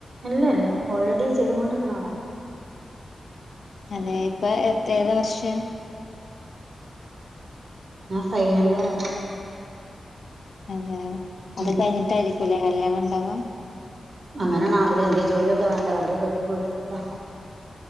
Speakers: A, on the right; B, on the left.
A: അല്ല ഇല്ല ഓൾറെഡി ചെയ്തൊണ്ട്നിക്കണ ആളാ.
B: അതെ ഇപ്പൊ എത്ര ഏത് വർഷം.
A: ആ ഫൈനൽ ഇയർ ആയി.
B: അതെയ അത്
A: ഉം
B: കഴിഞ്ഞിട്ടായിരിക്കുംല്ലേ കല്യാണം ഇണ്ടാവ.
A: അങ്ങനെയണ ആഗ്രഹം എന്ത ജോലിയൊക്കെ വേണ്ട വെറുതെ കെട്ടി പോയിട്ടപ്പത്താ